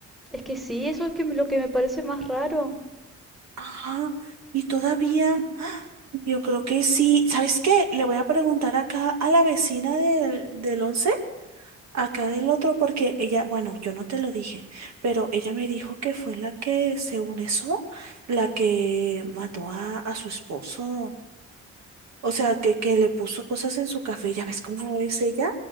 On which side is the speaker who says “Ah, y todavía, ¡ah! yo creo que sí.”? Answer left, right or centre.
Right